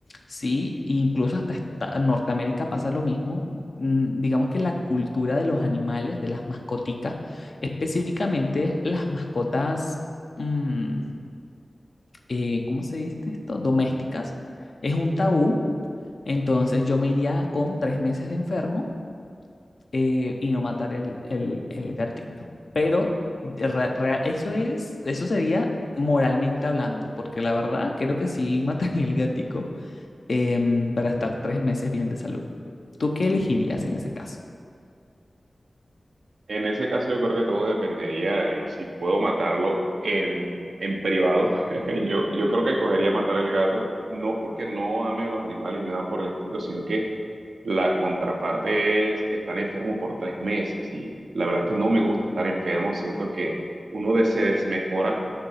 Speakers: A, on the left (about 70°); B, on the right (about 90°).
A: ¿sí? E incluso hasta esta- Norteamérica pasa lo mismo. mm, Digamos que la cultura de los animales, de las mascoticas, específicamente las mascotas, mm, eh, ¿cómo se dice esto? Domésticas, es un tabú. Entonces yo me iría con tres meses de enfermo eh, y no matar el, el, el gatito. Pero re- re- eso es, eso sería moralmente hablando, porque la verdad creo que sí <laughs> mataría el gatico em, para estar tres meses bien de salud. ¿Tú qué elegirías en ese caso?
B: En ese caso yo creo que todo dependería de si puedo matarlo en, en privado. <laughs> Yo, yo creo que escogería matar el gato, no porque no ame a los animales ni nada por el estilo, sino que la contraparte es estar enfermo por tres meses. Y la verdad es que no me gusta estar enfermo, siento que uno de- se desmejora,